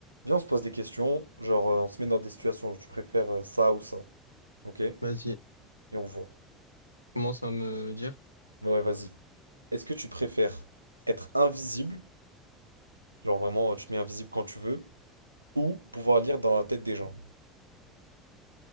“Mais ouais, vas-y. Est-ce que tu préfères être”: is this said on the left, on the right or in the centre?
Right